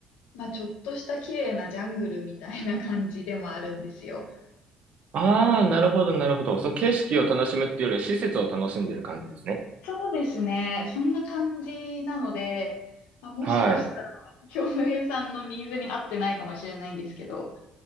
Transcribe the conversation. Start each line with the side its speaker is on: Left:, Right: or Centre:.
Left: まあちょっとした綺麗なジャングルみたいな感じでもあるんですよ。
Right: ああ、なるほど、なるほど。そう、景色を楽しむっていうよりは施設を楽しんでる感じですね。
Left: そうですね。そんな感じなので、まあ、もしかしたら、
Right: はい。
Left: 京平さんのニーズに合ってないかもしれないんですけど、